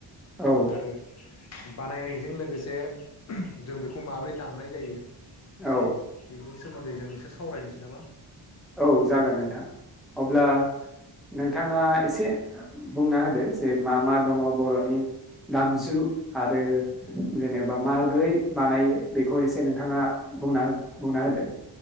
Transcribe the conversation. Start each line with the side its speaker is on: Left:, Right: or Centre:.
Centre: औ
Left: आरो बानायनायजों लोगोसे जों बेखौ माबोरै दामनाय जायो एसे
Centre: औ
Left: बेनि सोमोन्दै जों एसे सावरायनोसै नामा
Centre: औ जागोन नोंथां औ अब्ला नोंथाङा एसे बुंना होदो जे मा मा दङ बर'नि दामजु आरो जेनेबा माब्रै बानायो बेखौ एसे नोंथाङा बुंना बुंना होदो